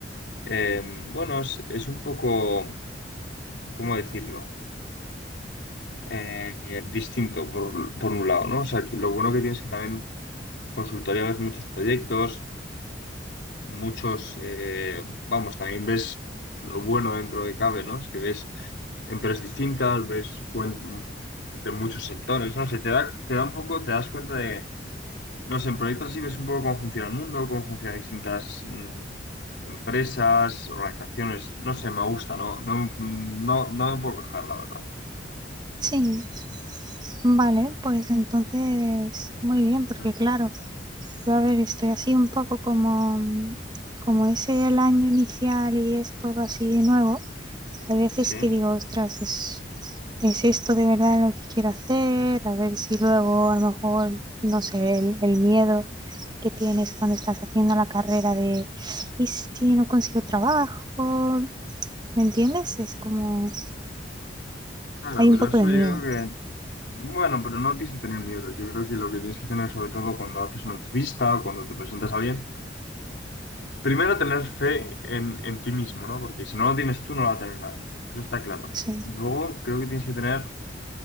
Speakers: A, on the left (about 80°); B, on the right (about 25°).
A: Eh, bueno, es, es un poco, ¿cómo decirlo? Eh, distinto por, por un lado, ¿no? O sea, que lo bueno que tienes es que también consultoría ves muchos proyectos, muchos, eh, vamos, también ves lo bueno dentro de cabe, ¿no? Es que ves empresas distintas, ves cuen- de muchos sectores, ¿no? Se te da, te da un poco, te das cuenta de, no sé, en proyectos así ves un poco cómo funciona el mundo, cómo funcionan distintas mm, empresas, organizaciones, no sé, me gusta, ¿no? No, mm, no, no me puedo quejar, la verdad.
B: Sí, vale, pues entonces muy bien, porque
A: Mm.
B: claro, yo a ver, estoy así un poco como, como es el año inicial y es todo así nuevo, hay veces
A: Sí,
B: que digo, ostras, es, es esto de verdad lo que quiero hacer, a ver si luego a lo mejor, no sé, el, el miedo que tienes cuando estás haciendo la carrera de, ¿y si no consigo trabajo? ¿Me entiendes? Es como,
A: claro,
B: hay
A: pero
B: un poco
A: eso
B: de
A: yo
B: miedo.
A: creo que, bueno, pero no tienes que tener miedo. Yo creo que lo que tienes que tener sobre todo cuando haces una entrevista o cuando te presentas a alguien Primero tener fe en, en ti mismo, ¿no? Porque si no lo tienes tú, no lo va a tener nadie. Eso está claro.
B: Sí,
A: Luego creo que tienes que tener